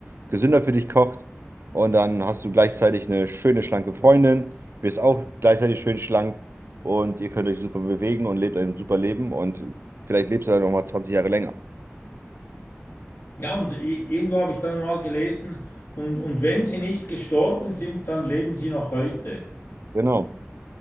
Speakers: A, on the right; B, on the left.
A: gesünder für dich kocht. Und dann hast du gleichzeitig eine schöne, schlanke Freundin, wirst auch gleichzeitig schön schlank und ihr könnt euch super bewegen und lebt ein super Leben und vielleicht lebst du dann nochmal zwanzig Jahre länger.
B: Ja, und i- irgendwo habe ich dann mal gelesen, und, und wenn sie nicht gestorben sind, dann leben sie noch heute.
A: Genau.